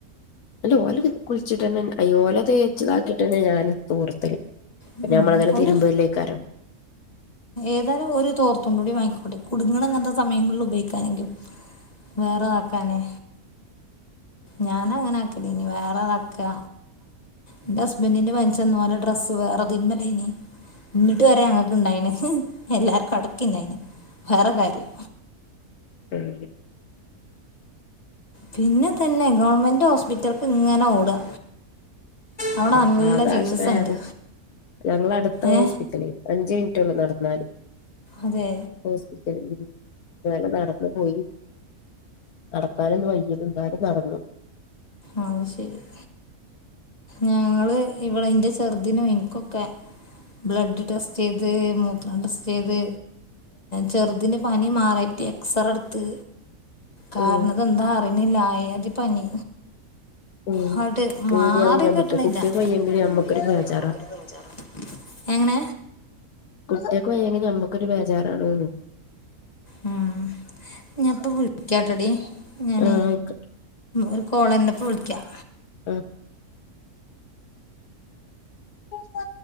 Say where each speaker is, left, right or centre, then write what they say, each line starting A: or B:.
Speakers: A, on the left; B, on the left.
A: അല്ല ഓല് കുളിച്ചിട്ടെന്നെ. ഓലെ തേച്ച്താക്കിട്ടെന്നെ ഞാനു തോർത്തല്. പിന്നെമ്മളങ്ങനെ
B: ഉം, ഒരു
A: തിരുമ്പലേക്കാരം.
B: ഏതായാലും ഒരു തോർത്തുണ്ട് കൂടി വാങ്ങിക്കൂടി. കുടുങ്ങ്ണ അങ്ങൻത്തെ സമയങ്ങളിൽ ഉപയോഗിക്ക. വേറെ നോക്കാനേ ഞാനങ്ങനെ ആക്കല ഇ വേറെ ഇതക്കെ ഇന്റെ ഹസ്ബൻ്റിന്റെ മന ച്ചെന്ന് വേറെ ഡ്രസ്സ് വേറെതിന്മലേനി ഇങ്ങിട്ട് പറയും അങ്ങക്ക് ഇണ്ടായിന് എല്ലാർക്കും അടക്കില്ലായിന് വേറെ കാര്യം
A: ശരി
B: പിന്നെ തന്നെ ഗവൺമെന്റ് ഹോസ്പിറ്റല്ക്ക് ഇങ്ങനെ ഓടുക അവിടെ
A: <unintelligible>
B: നല്ല ചികിത്സ ഉണ്ട്
A: ഞങ്ങള അടുത്ത
B: ഏ
A: ഹോസ്പിറ്റല് അഞ്ചു മിനിറ്റുള്ളൂ നടന്നാല്
B: അതെ
A: ഹോസ്പിറ്റലി <unintelligible> നടന്നു പോയി നടക്കാനന്ന് വയ്യതും എന്നാലും നടന്നു
B: ആഹ് അത് ശരിയാ ഞങ്ങള് ഇവളെ ഇൻ്റെ ചെറുതിനും എനിക്കൊക്കെ ബ്ലഡ് ടെസ്റ്റ് ചെയ്ത് മൂത്രം ടെ റ്റേത് ചെറുതിന് പനി മാറിയിട്ട് എക്സ്റ എടുത്ത് കാരണം
A: ഉം
B: ഇതെന്താ അറിയണില്ല അയ അതി പനി
A: ഉം
B: അങ്ങട്
A: പേടിയാവും
B: മാറി <unintelligible>
A: ഞമ്മക്ക് കുട്ടിയക്ക് വയ്യെങ്കില് ഞമ്മക്കൊരു ബേജാറാ
B: എങ്ങനെ
A: കുട്ടിയക്ക് വയെങ്കി നമ്മക്കൊരു ബേജാറാണന്ന്
B: ഉം ഞാപ്പ വിളിക്കാട്ടടി ഞാനേ
A: ആഹ് ആയിക്കോട്ടെ
B: ഒരു കോളരുണ്ട് ഇപ്പോ വിളിക്കാം
A: ആഹ് ആഹ്